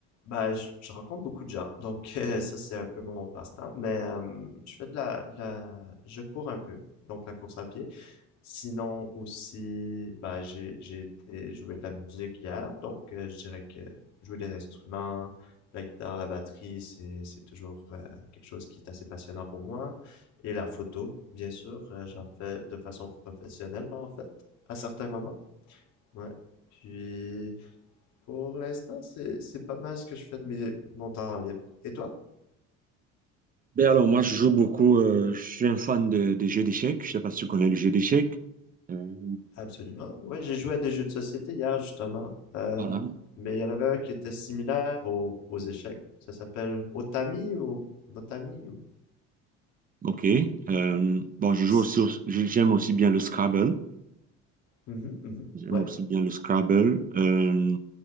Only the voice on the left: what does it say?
bah, je, je rencontre beaucoup de gens, donc <laughs> euh, ça c'est un peu mon passe-temps. Mais euh, je fais de la, de la, je cours un peu, donc la course à pied. Sinon aussi, bah, j'ai, j'ai été jouer de la musique hier, donc euh, je dirais que jouer des instruments, la guitare, la batterie, c'est, c'est toujours euh, quelque chose qui est assez passionnant pour moi. Et la photo, bien sûr, euh, j'en fais de façon professionnelle en fait, à certains moments. Ouais. Puis pour l'instant, c'est c'est pas mal ce que je fais de mes mon temps libre. Et toi?
Absolument. Ouais, j'ai joué à des jeux de société hier justement. Euh,
mais il y en avait un qui était similaire aux, aux échecs. Ça s'appelle Otami ou Notami ou.
C'est-
Mhm, mhm.
Ouais.